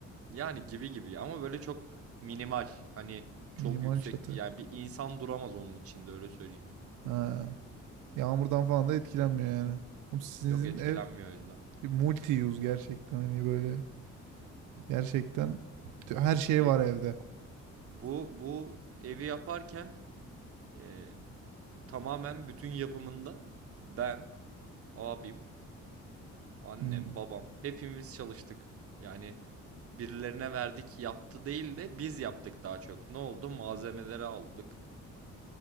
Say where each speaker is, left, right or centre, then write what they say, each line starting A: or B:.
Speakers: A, on the right; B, on the right.
A: Yani gibi gibi ama böyle çok minimal. Hani çok
B: Minimal
A: yüksekti.
B: çatı.
A: Yani bir insan duramaz onun içinde öyle söyleyeyim.
B: Ha. Yağmurdan falan da etkilenmiyor yani. Oğlum sizin
A: Yok etkilenmiyor
B: ev
A: o yüzden.
B: multi use gerçekten hani böyle Gerçekten her şey
A: E,
B: var evde.
A: bu bu evi yaparken e, tamamen bütün yapımında ben, abim, annem,
B: Hmm.
A: babam hepimiz çalıştık. Yani birilerine verdik yaptı değil de biz yaptık daha çok. Ne oldu? Malzemeleri aldık.